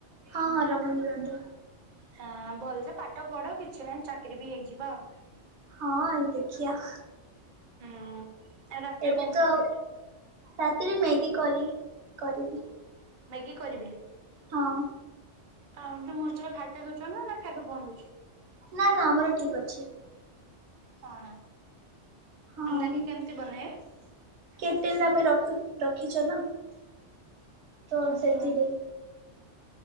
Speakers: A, on the right; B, on the right.
A: ହଁ ହଁ ରମାଦେବୀ ଅଣ୍ଡର ରେ
B: ହଁ ଭଲସେ ପାଠ ପଢ କିଛି ନାହିଁ ଚାକିରୀ ବି ହେଇଯିବ ଆଉ
A: ହଁ ଆଉ ଦେଖିିଆ।
B: ହୁଁ। ଆଉ ରାତିରେ
A: ଏବେ
B: କଣ
A: ତ
B: ଖାଇବେ
A: ରାତିରେ ମ୍ୟାଗି କରି କରିବି।
B: ମ୍ୟାଗି କରିବେ?
A: ହଁ।
B: <unintelligible> ଦଉଛନ୍ତି ନା ଖାଇବା ବନ୍ଦ ହଉଚି?
A: ନା ନା ଆମର ଠିକ୍ ଅଛି।
B: ହନା
A: ହଁ
B: ମାଗି କେମିତି ବନେଇବେ।
A: କେଟେଲ ଆମେ ରଖୁ ରଖିଛ ନା ତ
B: ଉଁ
A: ସେଥିରେ।
B: ହୁଁ